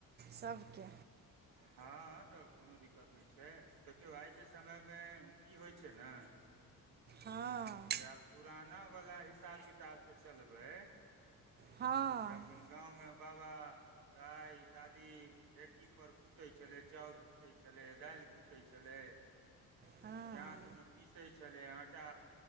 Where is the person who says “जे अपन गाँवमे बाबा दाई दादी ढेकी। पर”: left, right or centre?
Right